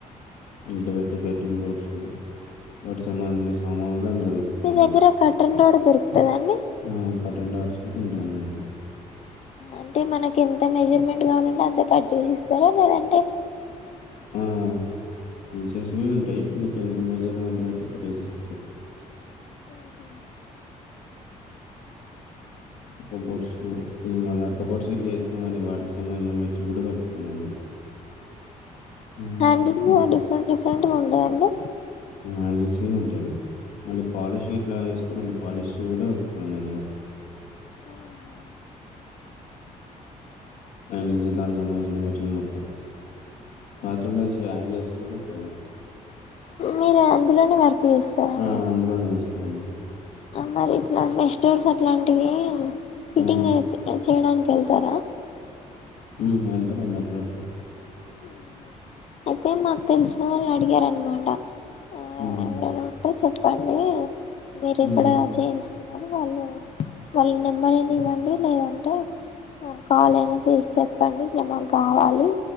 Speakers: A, on the left; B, on the left.
A: ఇంట్లో పె బెడ్రూమ్ డోర్సు వాటికి సంబంధించిన సామాన్లు కూడా అందులో దొరుకుతాయండి
B: మీ దగ్గర కట్టన్ రోడ్ దొరుకుతదా అండి
A: ఆ పటన్ ఆట్స్ ఉంటాయండి అందులో
B: అంటే మనకి ఎంత మెజర్మెంట్ కావాలంటే అంత కట్ చేసి ఇస్తారా లేదన్
A: ఆ పీసెస్ ఉంటాయి మీకు ఇంత మెజర్మెంట్ బట్టి కట్టేసిస్తారు
B: ఉహు
A: కబోర్డ్స్ మళ్ళా కబోర్ట్స్ గి ఇట్లా వేస్తాండి వాటికి సంబంధించిన మెటరీయల్ కూడా దరుకుతుంది అందులో హ్మ్
B: హ్యాండిల్స్
A: హ్మ్.
B: డిఫరెంట్ డిఫరెంట్గా ఉంటాయండి
A: ఆన్ని సీన్ ఉంటాయి మళ్ళీ పాలిష్ ఇట్లా చేస్తున్నా పాలిష్ కూడా దొరుకుతుంది అందులో
B: ఓహో
A: ఆయన నిలిచే దానికి సంబంధించిన మెటీరియల్ మొత్తం బాత్రూంలో వేసే హ్యాంగర్స్ కూడా అండి
B: మీరు అందులోనే వర్క్ చేస్తారండి
A: ఆ <unintelligible>
B: మరి ఇట్లా మె స్టోర్స్ అట్లాంటివి అ ఫిటింగ్
A: ఆ!
B: వచ్చి కాద్ చేయడానికి వెళ్తారా
A: హ్మ్ వెళ్తామండి అప్పుడప్పుడు
B: హ్మ్ అయితే మాకు తెలిసిన వాళ్ళు అడిగారనమాంట ఆ
A: హ్మ్.
B: ఎవరైనా ఉంటే చెప్ ప్పండి మీరిక్కడ
A: హ్మ్.
B: చేంజ్ న్నారు వాళ్ళు వాళ్ళ నెంబర్ అయినా ఇవ్వండి. లేదంటే ఆ కాల్ అయినా చేసి చెప్పండి. ఇట్లా మాకు కావాలి.